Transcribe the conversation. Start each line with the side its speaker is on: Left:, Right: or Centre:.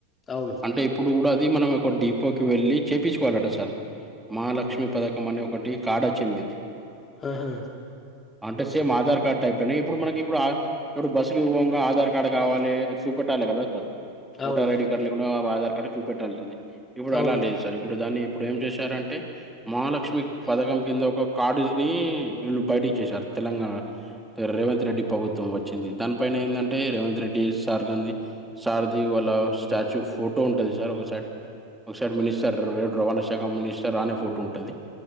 Left: అవును
Centre: అంటే ఇప్పుడు కూడా అది మనం ఒక డిపోకి వెళ్ళి చేపిచ్చుకోవాలట సార్ మహాలక్ష్మి పథకం అని ఒకటి కాడ చెందిది
Left: ఆహా
Centre: అంటే సేమ్ ఆధార్ కార్డ్ టైప్నే ఇప్పుడు మనకి ఇప్పుడు ఇప్పుడు బస్సులు పోంగా ఆధార్ కార్డు కావాలి చూపెట్టాలి కదా
Left: అవును
Centre: ఓటర్ ఐడి కార్డు లేకుండా ఆధార్ కార్డు చూపెట్టాల్సింది ఇప్పుడు
Left: అవును
Centre: అలా లేదు సార్ ఇప్పుడు దాన్ని ఇప్పుడు ఏం చేశారంటే మహాలక్ష్మి పథకం కింద ఒక కార్డుని వీళ్ళు బయటికి చేసారు తెలంగాణ రేవంత్ రెడ్డి ప్రభుత్వం వచ్చింది దానిపైన ఏందంటే రేవంత్ రెడ్డి సార్గాంది సార్ది వాళ్ళ స్టాచ్యూ ఫోటో ఉంటది సార్ ఒక సైడ్ ఒక సైడ్ మినిస్టర్ రవాణా శాఖ మినిస్టర్ రాని ఫోట ఉంటది